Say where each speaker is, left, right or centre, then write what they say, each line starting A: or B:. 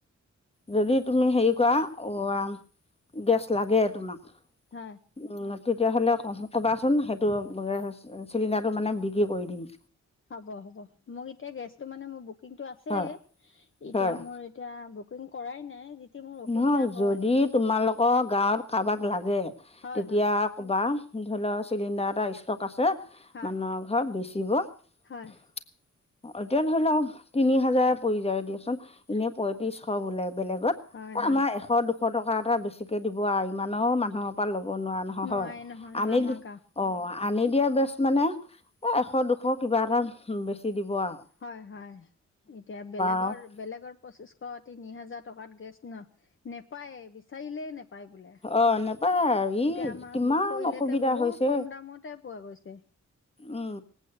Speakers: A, on the left (about 20°); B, on the left (about 40°).
A: যদি তুমি হেৰি কৰা অ ৰাম গেছ লাগে তোমাক
B: হয়
A: উম তেতিয়াহ'লে ক কবাচোন সেইটো গেছ চিলিণ্ডাৰটো মানে বিকি কৰি দিম
B: হ'ব হ'ব মোক এতিয়া গেছটো মানে মোৰ বুকিংটো আছেই
A: হয়
B: এতিয়া
A: হয়
B: মোৰ এতিয়া বুকিং কৰাই নাই যিতি মোৰ অসুবিধা
A: নহয়
B: হয়
A: যদি তোমালোকৰ গাঁৱত কাৰবাক লাগে
B: হয়
A: তেতিয়া
B: হয়
A: ক'বা ধৰি ল চিলিণ্ডাৰ এটা ষ্টক আছে
B: হয়
A: মানুহ এঘৰত বেছিব এতিয়া
B: হয়
A: ধৰি লওক তিনি হাজাৰ পৰি যায় দিয়াচোন এনে পইত্ৰিচশ বোলে বেলেগত।
B: হয় হয়
A: আমাৰ এশ দুশ টকা এটা বেছিকে দিব আৰু ইমান মানুহক ইমান ল'ব নোৱাৰা নহয়
B: নোৱাৰে
A: হয়
B: নহয় ন
A: আনি
B: আমাৰ
A: দি
B: গাঁও
A: অ আনি দিয়া বেচ মানে এশ দুশ কিবা এটা বেছি দিব আও।
B: হয় হয়, এতিয়া বেলেগৰ
A: আৰু
B: বেলেগৰ পঁচিছশ তিনি হাজাৰ টকাত গেছ ন নেপায়েই বিচাৰিলে নেপায় বোলে।
A: অহ নেপায়। ই
B: এতিয়া আমাৰ
A: কিমান
B: বুক কৰিলে
A: অসুবিধা
B: তে বহুত
A: হৈছে
B: কম দামতে পোৱা গৈছে।
A: উম,